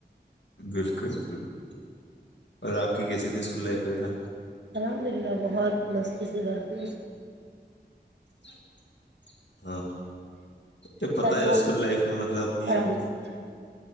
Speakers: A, on the left; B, on the right.
A: بالکل بالکل اور آپ کی کیسی تھی اسکول لائف وغیرہ
B: الحمد للہ بہت مستی سے بھرپور
A: <inaudible> ہاں یہ پتا
B: کرتا
A: ہے اسکول لائف میں مطلب اپنی
B: آرام سے